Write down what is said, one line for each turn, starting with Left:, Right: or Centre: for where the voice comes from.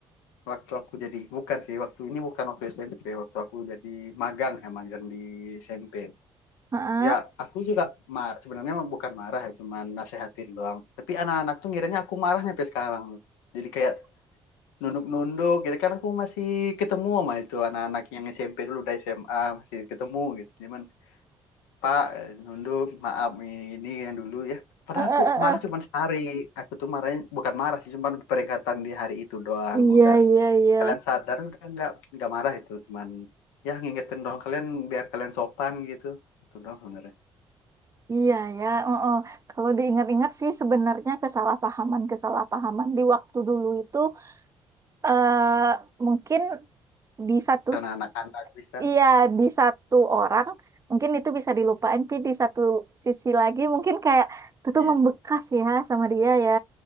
Left: waktu aku jadi bukan sih waktu ini bukan waktu SMP waktu aku jadi magang ya magang di SMP
Right: Heeh.
Left: ya aku juga mar sebenarnya mah bukan marah ya cuman nasehatin doang tapi anak-anak tuh ngiranya aku marahnya sampai sekarang jadi kayak nunduk-nunduk gitu kan aku masih ketemu sama itu anak-anak yang SMP dulu udah SMA masih ketemu gitu cuman Pak nunduk maaf ini ini yang dulu ya padahal
Right: Eh, eh,
Left: aku
Right: eh,
Left: marah
Right: eh.
Left: cuma sehari aku tuh marahnya bukan marah sih cuma peringatan di hari itu doang
Right: Iya,
Left: udah
Right: iya, iya.
Left: kalian sadar udah nggak nggak marah itu cuman ya ngingetin dong kalian biar kalian sopan gitu itu doang sebenarnya
Right: Iya ya, oh, oh. Kalau diingat-ingat sih sebenarnya kesalahpahaman-kesalahpahaman di waktu dulu itu eh mungkin di satu
Left: karena
Right: s-
Left: anak-anak bisa
Right: iya di satu orang mungkin itu bisa dilupain, tapi di satu sisi lagi mungkin kayak itu
Left: iya
Right: tuh membekas ya sama dia ya.